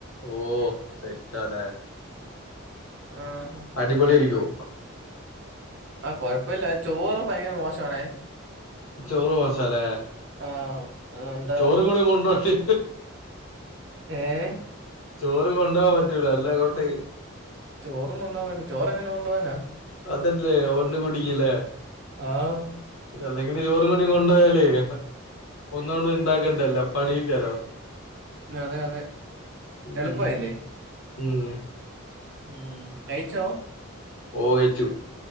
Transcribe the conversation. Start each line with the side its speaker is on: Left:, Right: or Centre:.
Left: ഓ സെറ്റല്ലേ
Right: ആഹ
Left: അടിപൊളി ആയിരിക്കോ?
Right: ആഹ കൊഴപ്പമില്ല, ചോറ് ഭയങ്കര മോശമാണ്.
Left: ചോറ് മോശാലേ,
Right: ആഹ് അതുകൊണ്ട്
Left: ചോറും കൂടി കൊണ്ടോട്ടി.
Right: ഏ...
Left: ചോറ് കൊണ്ടുപോകൻ പറ്റല അല്ല അങ്ങോട്ട്.
Right: ചോറും കൊണ്ടുപോകാൻ, ചോറെങ്ങനെ കൊണ്ട് പോകാനാ?
Left: അതല്ലേ ഒന്ന കുടിക്കലേ?
Right: ആഹ്
Left: അല്ലെങ്കിലും ചോറും കൊടി കൊണ്ടു പോയാലേ- ഒന്നോന്ന ഉണ്ടാക്കണ്ടലോ പണിയില്ലല്ലോ.
Right: അതെ, അതെ,
Left: ഉം
Right: എളുപ്പായില്ലേ?
Left: ഉം..
Right: ഉം.. കഴച്ചോ?
Left: ഓകച്ചു?